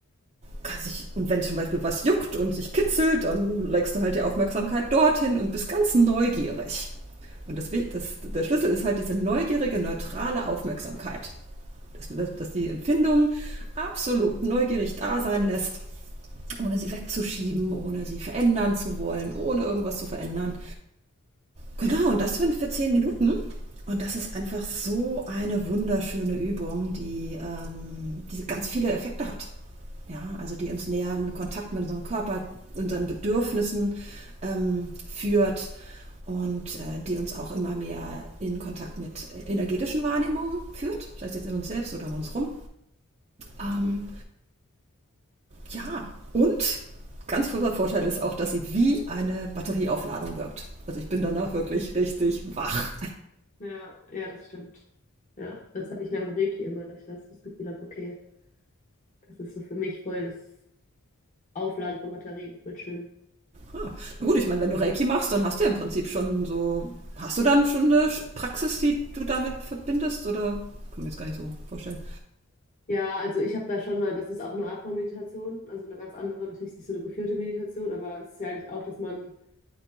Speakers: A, on the right; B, on the left.
A: kann sich, und wenn zum Beispiel was juckt und sich kitzelt, dann legst du halt die Aufmerksamkeit dorthin und bist ganz neugierig. Und das, das, der Schlüssel ist halt diese neugierige, neutrale Aufmerksamkeit. Dass, dass, dass die Empfindung absolut neugierig da sein lässt, ohne sie wegzuschieben, ohne sie verändern zu wollen, ohne irgendwas zu verändern, Genau, und das sind für zehn Minuten. Und das ist einfach so eine wunderschöne Übung, die, ähm, die ganz viele Effekte hat. Ja, also die uns näher in Kontakt mit unserem Körper, unseren Bedürfnissen ähm, führt und äh, die uns auch immer mehr in Kontakt mit energetischen Wahrnehmungen führt, sei es jetzt in uns selbst oder um uns rum. Ähm, ja, und ganz großer Vorteil ist auch, dass sie wie eine Batterieaufladung wirkt. Also ich
B: ja,
A: bin danach wirklich richtig wach.
B: ja, ja, das stimmt. Ja, das habe ich nach dem Reiki immer, dass ich das, das Gefühl habe, okay, das ist so für mich voll das Aufladen von Batterien, voll schön.
A: Ah, na gut, ich meine, wenn du Reiki machst, dann hast du ja im Prinzip schon so. Hast du dann schon eine Praxis, die du damit verbindest? Oder kann mir jetzt gar nicht so vorstellen.
B: Ja, also ich habe da schon mal, das ist auch eine Art von Meditation, also eine ganz andere, natürlich nicht so eine geführte Meditation, aber es ist ja eigentlich auch, dass man